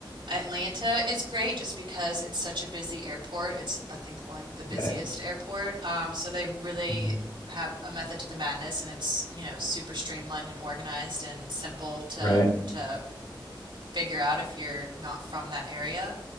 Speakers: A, on the right (about 80°); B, on the left (about 60°).
A: Atlanta is great just because it's such a busy airport. It's, I think, like the busiest
B: Right.
A: airport. Um, so they really
B: Mm,
A: have a method to the madness, and it's, you know, super streamlined and organized and simple to
B: Right.
A: to figure out if you're not from that area.